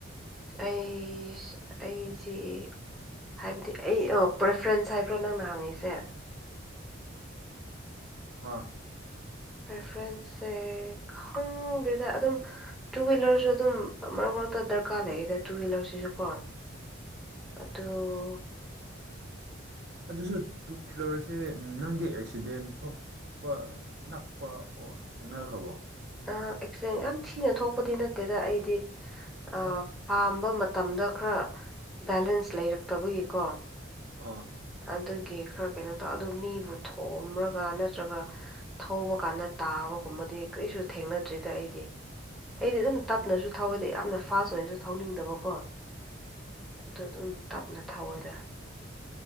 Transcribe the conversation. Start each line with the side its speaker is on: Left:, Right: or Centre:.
Centre: ꯑꯩ ꯑꯩꯁꯤ ꯍꯥꯏꯕꯗꯤ ꯑꯩ ꯄ꯭ꯔꯦꯐ꯭ꯔꯦꯟꯁ ꯍꯥꯏꯕ꯭ꯔꯣ ꯅꯪꯅ ꯍꯪꯉꯏꯁꯦ
Right: ꯑꯥ
Centre: ꯄ꯭ꯔꯦꯐ꯭ꯔꯦꯟꯁꯁꯦ ꯈꯪꯗꯦꯗ ꯑꯗꯨꯝ ꯇꯨ ꯍꯋꯤꯂꯔꯁꯨ ꯑꯗꯨꯝ ꯃꯔꯛ ꯃꯔꯛꯇ ꯗꯔꯀꯥꯔ ꯂꯩꯗ ꯇꯨ ꯍꯋꯤꯂꯔꯁꯤꯁꯨ ꯀꯣ ꯑꯣ
Right: ꯑꯗꯨꯁꯨ ꯇꯨ ꯋꯤꯂꯔꯁꯦ ꯅꯪꯗꯤ ꯑꯦꯛꯁꯤꯗꯦꯟ ꯊꯣꯛ ꯅꯛꯄ ꯅꯛꯄ ꯑꯣ ꯊꯦꯡꯅꯈ꯭ꯔꯕꯣ
Centre: ꯑꯦꯛꯁꯤꯗꯦꯟ ꯌꯥꯝ ꯊꯤꯅ ꯊꯣꯛꯄꯗꯤ ꯅꯠꯇꯦꯗ ꯑꯩꯗꯤ ꯄꯥꯝꯕ
Right: ꯑ
Centre: ꯃꯇꯝꯗ ꯈꯔ ꯕꯦꯂꯦꯟꯁ ꯂꯩꯔꯛꯇꯕꯒꯤꯀꯣ
Right: ꯑꯥ
Centre: ꯑꯗꯨꯒꯤ ꯈꯔ ꯀꯩꯅꯣ ꯇꯧ ꯑꯗꯨ ꯃꯤꯕꯨ ꯊꯣꯝꯔꯒ ꯅꯠꯇ꯭ꯔꯒ ꯊꯧꯕ ꯀꯥꯟꯗ ꯇꯥꯕꯒꯨꯝꯕꯗꯤ ꯀꯔꯤꯁꯨ ꯊꯦꯡꯅꯗ꯭ꯔꯤꯗ ꯑꯩꯗꯤ ꯑꯩꯗꯤ ꯑꯗꯨꯝ ꯇꯞꯅꯁꯨ ꯊꯧꯋꯦꯗ ꯌꯥꯝꯅ ꯐꯥꯁ ꯑꯣꯏꯅꯁꯨ ꯊꯧꯅꯤꯡꯗꯕꯀꯣ ꯑꯗꯨ ꯑꯗꯨꯝ ꯇꯞꯅ ꯊꯑꯣꯏꯗ